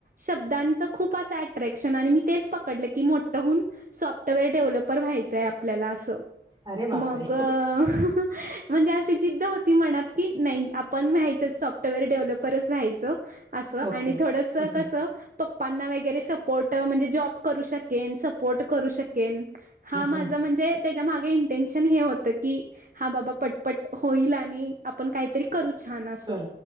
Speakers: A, on the right (about 50°); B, on the right (about 25°).
A: शब्दा शब्दाच खूप असं अट्रॅक्शन आणि मी तेच पकडलं कि मोठं होऊन सॉफ्टवेअर डेव्हलपर व्हायचं च्या आपल्याला असं
B: अरे बापरे
A: मग ह् म्हणजे अशी जिद् होती मनात की नाही आपण व्हायचं सॉफ्टवेअर डेव्हलपरच व्यायचं
B: ओके
A: आणि थोडस
B: हम्म
A: कसं पप्पांना वगैरे सपोर्ट म्हणजे जॉब करू शकेन सपोर्ट करू शकेन हा माझं
B: हम्म
A: म्हणजे त्याच्या मागे इंटेनशन हे होत की हा बाबा पटपट होईल आणि आपण काहीतरी करू छान असं
B: कर